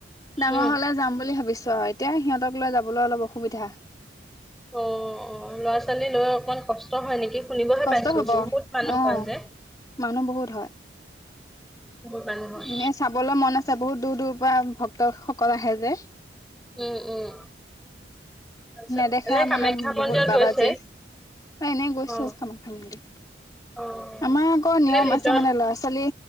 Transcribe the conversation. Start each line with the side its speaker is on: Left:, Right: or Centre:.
Left: ডাঙৰ
Centre: উম
Left: হলে যাম বুলি ভাবিছো আৰু এতিয়া সিহঁতক লৈ যাবলৈ অলপ অসু অসুবিধা
Centre: অ অ ল'ৰা ছোৱালী লৈ অকমান কষ্ট হয় নেকি শুনিবহে
Left: কষ্ট
Centre: পাইছো
Left: হব
Centre: বহুত মানুহ
Left: অ
Centre: হয় যে
Left: মানুহ বহুত হয়
Centre: বহুত মানুহ হয়
Left: এনে চাবলৈ মন আছে বহুত দূৰ দূৰ পৰা ভক্তসকল আহে যে
Centre: উম উম তাৰপিছত
Left: নেদেখা
Centre: এনে কামাখ্যা
Left: মানে
Centre: মন্দিৰত
Left: বহুত বাবাজে
Centre: গৈছে
Left: এনে গৈছো
Centre: অ
Left: কামাখ্যা মন্দিৰ
Centre: অ
Left: আমাৰ আকৌ নিয়ম
Centre: এনে ভিতৰত
Left: আছে মানে ল'ৰা ছোৱালী,